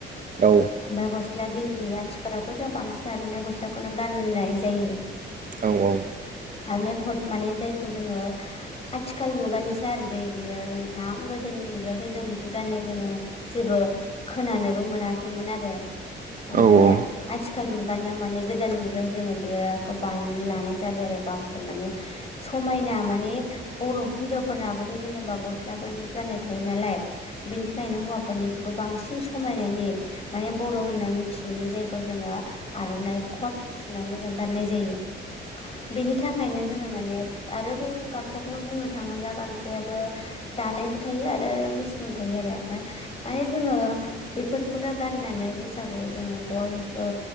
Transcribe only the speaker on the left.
ओमफ्राय गस्ला गिन्दि आथिखालावथ' जों बांसिन आरना गस्लाखौनो गाननाय जायो।
आर'नाइ कत माने जायखौ जोङो आथिखाल मुगानिसो आरो दै बियो नोंथां गोदोनि मुगायावथ' जों बिदि गाननाय जोमनाय जेबो खोनानोबो मोनाखैमोन आरो। ओमफायहाय
आथिखाल मुगानियाव माने गोदान मुगायाव जोङो बेखौ बानायनानै लानाय जाबाय आरो गावसोर माने समायना माने बर' हिन्जावफोरनाबोथ' जेनेबा गस्लाफोर बिदि गाननाय थायो नालाय बिनि थाखायनो हौवाफोरनिखौबो बांसिन समायनायनि माने बर' होनना मिथिनायनि जायखौ जोङो आर'नाइ खट सुनानै जों गाननाय जायो बेनि थाखायनो जोङो माने आरो जों गामसाखौबो बुंनो थाङोब्ला गामसायाबो दानायबो थायो आरो मेचिननिबो थायो आरो ओमफाय माने जोङो बेफोरखौनो गाननानै बैसागुआव जोङो बयबो